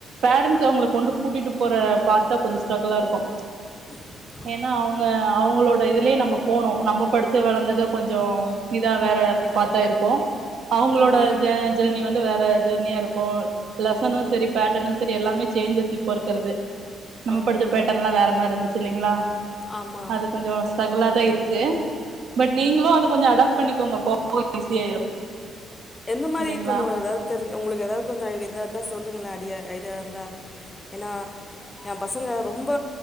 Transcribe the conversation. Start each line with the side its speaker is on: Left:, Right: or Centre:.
Right: பேறன்ஸ் அவங்களகொண்டு கூட்டிட்டு போற பாத்தா கொஞ்சோ ஸ்ட்ரகல்லா இருக்கு
Left: ஹ
Right: ஏன்னா அவுங்க அவுங்ளோட இதுலியே நம்ம போனு நம்ம படிச்சு வளந்தது கொஞ்சோ இதா வேற
Left: ஆ
Right: பாத்தா இருக்கு அவுங்களோட
Left: ஆ
Right: ஜெர்னி வந்து வேற ஜெர்னியா இருக்கு லெசனு சரி பேட்டனு சரி எல்லாமே சேஞ்சஸ் இப்போ இருக்றது நம்ம
Left: ஓகே
Right: படிச்ச பேட்டன்ல்லா வேற மாரி இருந்துச்சு இல்லைங்ளா
Left: ஆமா
Right: அது கொஞ்சோ ஸ்டரகுா தா இருக்கு பட் நீங்ளு அத கொஞ்சோ அடாப்ட் பண்ணிக்கோங்க போக போக ஈஸியாயிரு
Left: எந்த மாதிரி
Right: இல்லைங்களா
Left: கொஞ்சோ ஏதாது தெரிஞ்ச உங்ளுக்கு ஏதாவ் கொஞ்சோ ஐடியா இருந்தா இருந்தா சொல்லுங்ளே ஐடியா ஐடியா இருந்தா என்னா எ பசங்க ரொம்ப